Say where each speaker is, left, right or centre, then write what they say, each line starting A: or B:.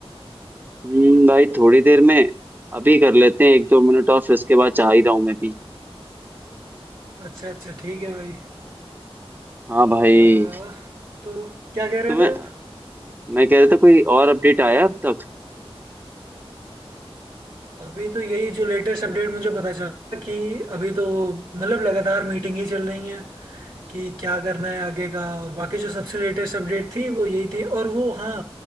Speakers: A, on the right; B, on the right.
A: हम्म भाई थोड़ी देर में अभी कर लेते हैं एक दो मिनट और फिर उसके बाद चाह ही रहा हूँ मैं भी
B: अच्छा अच्छा ठीक है भाई
A: हाँ भाई
B: अ, तो क्या कह रहे
A: तुम्हें
B: थे
A: मैं कह रहा था कोई और अपडेट आया अब तक
B: अभी तो यही जो लेटेस्ट अपडेट मुझे पता चला कि अभी तो मतलब लगातार मीटिंग ही चल रही है कि क्या करना है आगे का और बाकी जो सबसे लेटेस्ट अपडेट थी वो यही थी और वो हाँ